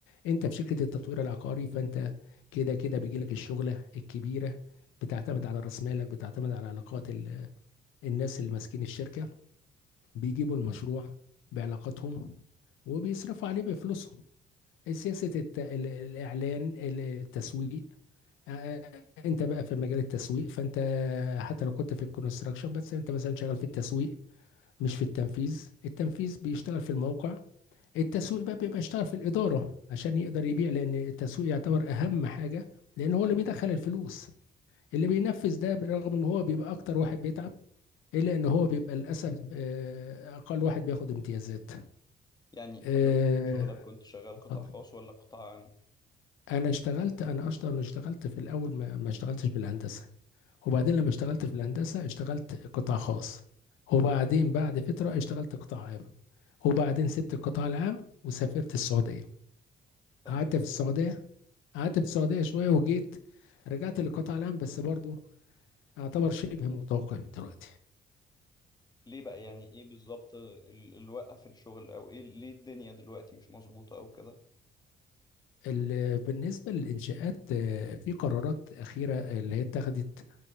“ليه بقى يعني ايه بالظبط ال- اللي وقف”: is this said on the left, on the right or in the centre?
Left